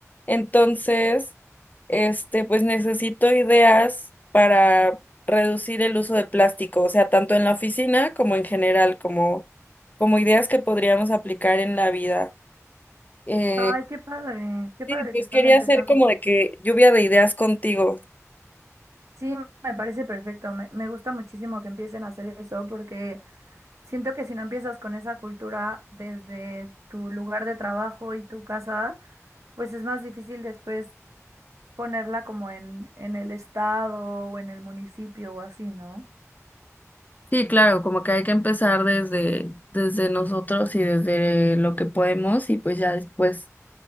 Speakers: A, on the left; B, on the right.
A: Entonces, este, pues necesito ideas para reducir el uso de plástico, o sea, tanto en la oficina como en general, como, como ideas que podríamos aplicar en la vida. Eh,
B: Ay, qué padre, qué
A: Sí,
B: padre
A: pues
B: que están
A: quería
B: empezando.
A: hacer como de que lluvia de ideas contigo.
B: Sí, me parece perfecto, me, me gusta muchísimo que empiecen a hacer eso porque siento que si no empiezas con esa cultura desde tu lugar de trabajo y tu casa, pues es más difícil después ponerla como en, en el estado o en el municipio o así, ¿no?
A: Sí, claro, como que hay que empezar desde, desde nosotros y desde lo que podemos y pues ya después